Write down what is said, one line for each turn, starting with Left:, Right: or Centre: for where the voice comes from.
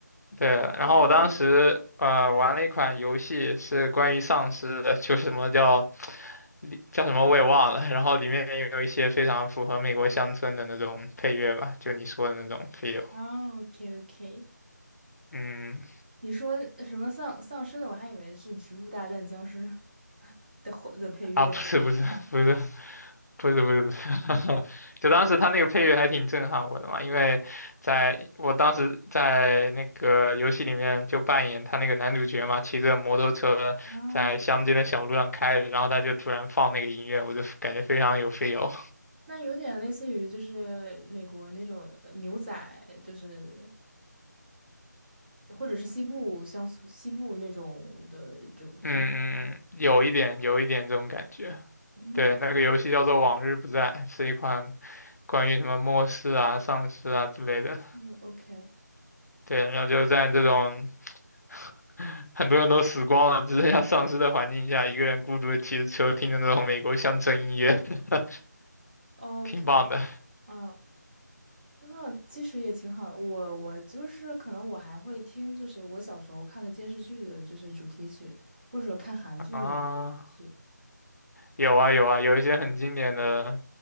Left: 对，然后我当时呃玩了一款游戏，
Right: 我不知道。
Left: 是关于丧尸的，就是什么叫里叫什么我也忘了，然后里面也有一些非常符合美国乡村的那种配乐吧，就你说的那种 feel。
Right: 哦，OK OK，
Left: 嗯，
Right: 你说什么丧丧尸的？我还以为是《植物大战僵尸 <laughs>》的后的配乐什么
Left: 啊，不是不是不是
Right: 的。
Left: 不是不是不是，<laughs> 就当时他那个配乐还挺震撼我的嘛，因为在我当时在那个游戏里面就扮演他那个男主角嘛，骑着摩托车在乡间的小路上开着，
Right: 啊，
Left: 然后他就突然放那个音乐，我就感觉非常有 feel。
Right: 那有点类似于就是美国那种呃牛仔，就是或者是西部乡村西部那种的一种配乐。
Left: 嗯嗯嗯，有一点有一点这种感觉。
Right: 嗯
Left: 对，那个游戏叫做《往日不再》，是一款关于什么末世啊、丧尸啊之类的。
Right: 嗯，OK
Left: 对，然后就在这种 <laughs> 很多人都死光了，只剩下丧尸的环境下，一个人孤独的骑着车，听着那种美国乡村音乐，<laughs>
Right: OK，
Left: 挺棒的
Right: 啊。那其实也挺好的。我我就是可能我还会听，就是我小时候看的电视剧的，就是主题曲，或者看韩剧的主题曲
Left: 啊。有啊有啊，有一些很经典的，